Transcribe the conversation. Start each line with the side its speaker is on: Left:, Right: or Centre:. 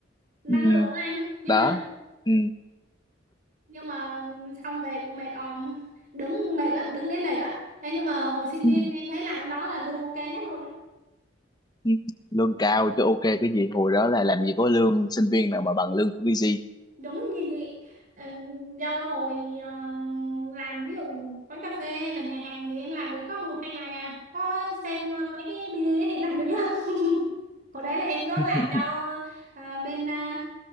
Right: năng
Left: ừ.
Right: lượng á anh nhưng
Left: đó
Right: mà
Left: ừ.
Right: nhưng mà xong về cũng mệt òm đứng mệt lắm đứng đấy mệt lắm Ê, nhưng mà hồi sinh
Left: Ừ.
Right: viên em thấy làm đó là lương ok nhất luôn á.
Left: Ừ. lương cao chứ ok cái gì hồi đó là làm gì có lương sinh viên nào mà bằng lương của BG
Right: đúng như vậy Ờ, do hồi ờ, làm ví dụ quán cà phê hay là nhà hàng thì em làm được có một hai ngày à có xem ờ, mấy cái video thì <laughs> làm được lắm <laughs> hồi đấy là em có
Left: <laughs>
Right: làm cho ờ, bên ờ,